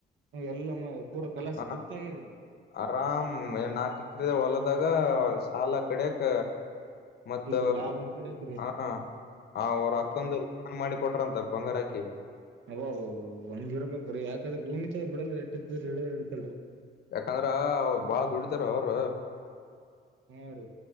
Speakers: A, on the right; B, on the left.
A: ಎಲ್ಲ ಪೂರಾ ಕಲಾಸ
B: ಹ
A: ಚುಕ್ತಾಗದೇನ್ರಿ
B: ಆರಾಮ ನಾಕ ಎಕ್ರೆ ಹೊಲದಾಗ ಸಾಲ ಕಡಾಯಕ್ ಮತ್ತ
A: ಈ ಕಡೆ ಲಾಭ ಒಂದ್ ಕಡೆ ಐತ್ರಿ
B: ಹ ಅವ್ರ ಅಕ್ಕಂದು
A: ನೋಡ್ರಿ
B: ಮಾಡಿ ಕೊಟ್ರಂತ ಬಂಗಾರಾಕಿ
A: ಅಬ ಹಂಗ ಇರ್ಬೇಕ್ರೀ ಯಾಕಾದ್ರೆ ಭೂಮಿ ತಾಯ ಬಿಡಲ್ರಿ ಎಟ್ಟಿದ್ರ ಹಿಡ ಹಿಡಿತಲ್ರಿ
B: ಯಾಕಂದ್ರ ಬಾಳ ದುಡಿತಾರ ಅವ್ರ
A: ಹ್ಮ